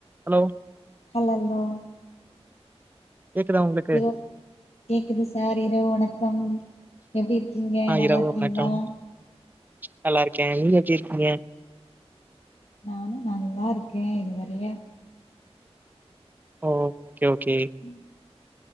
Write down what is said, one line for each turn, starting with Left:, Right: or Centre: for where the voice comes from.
Right: Hello
Left: hello
Right: கேக்குதா உங்களுக்கு
Left: இரவு கேக்குது சார் இரவு வணக்கம் எப்டி இருக்கீங்க
Right: ஆ
Left: நல்லா
Right: இரவு
Left: இருக்கீங்களா
Right: வணக்கம் நல்லா இருக்கே நீங்க எப்படி இருக்கீங்க
Left: நானும் நல்லா இருக்கே இதுவரைய
Right: ஓ ஓகே ஓகே
Left: ம்